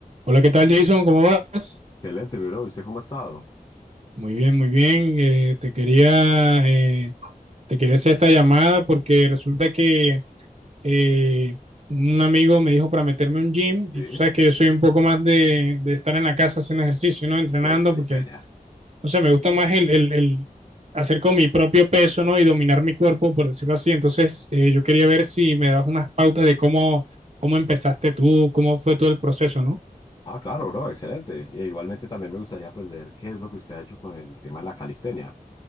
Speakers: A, on the right; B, on the left.
A: Hola, ¿qué tal, Jason? ¿Cómo vas?
B: Excelente, bro. ¿Usted cómo ha estado?
A: Muy bien, muy bien. Eh, te quería, eh, te quería hacer esta llamada porque resulta que eh, un amigo me dijo para meterme a un gym y
B: Sí.
A: tú sabes que yo soy un poco más de, de estar en la casa haciendo ejercicio, ¿no? Entrenando
B: Sí, calistenia.
A: porque, no sé, me gusta más el, el- el hacer con mi propio peso, ¿no? Y dominar mi cuerpo, por decirlo así. Entonces, eh, yo quería ver si me dabas unas pautas de cómo, cómo empezaste tú, cómo fue todo el proceso, ¿no?
B: Ah, claro, bro. Excelente. E igualmente también me gustaría aprender qué es lo que usted ha hecho con el tema de la calistenia.